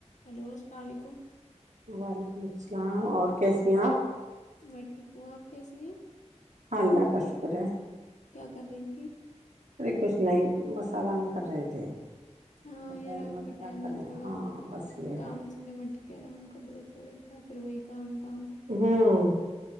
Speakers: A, on the left; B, on the right.
A: ہلو السلام علیکم
B: وعلیکم السلام اور کیسیے ہیں آپ
A: میں ٹھیک ہوں آپ کیسی ہیں
B: ہاں اللہ کا شکر ہے
A: کیا کر رہی تیں
B: ارے کچھ نہیں بس آرام کر رہے تھے
A: ہاں
B: دوپہر
A: یہ آرام
B: میں
A: کا
B: کیا
A: ٹائم
B: کریں
A: ہے تھوڑا
B: ہاں بس یہ ہے
A: کام سے نمٹ کے آرام کر لو تھوڑا سا پھر وہی کم کام
B: ہوں